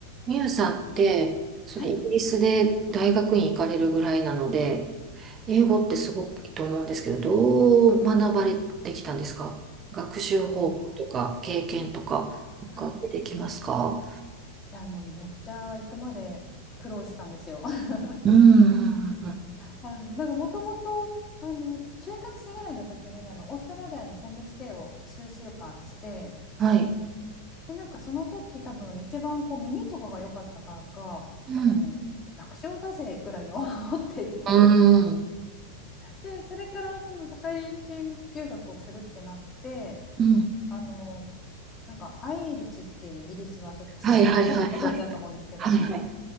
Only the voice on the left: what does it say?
はい。い
やいや、
いはい。いやもうね、めっちゃ行くまで苦労したんですよ。<laughs>
あの、なんかもともと、あの、中学生ぐらいの時に、あの、オーストラリアにホームステイを数週間して、
で、なんかその時多分一番こう耳とかが良かったからか、
あの、楽勝だぜぐらいに <laughs> 思っていて、
で、それからその社会人留学をするってなって、
あの、なんかアイルツっていうイギリスはちょっと試験が多分ご存知だと思うんですけど、
はい